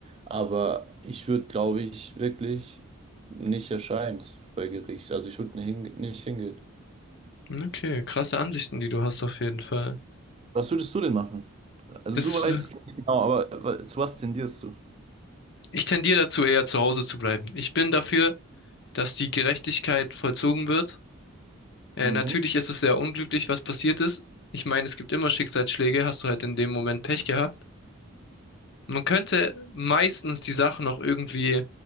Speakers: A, on the right; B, on the left.
A: Aber ich würde, glaube ich, wirklich nicht erscheinen bei Gericht. Also ich würde nicht hinge- nicht hingehen.
B: Okay, krasse Ansichten, die du hast auf jeden Fall.
A: Was würdest du denn machen? Also
B: Das,
A: du weißt
B: äh,
A: nicht genau, aber wa- zu was tendierst du?
B: ich tendiere dazu, eher zu Hause zu bleiben. Ich bin dafür, dass die Gerechtigkeit vollzogen wird. Äh,
A: Mhm.
B: natürlich ist es sehr unglücklich, was passiert ist. Ich meine, es gibt immer Schicksalsschläge, hast du halt in dem Moment Pech gehabt. Man könnte meistens die Sache noch irgendwie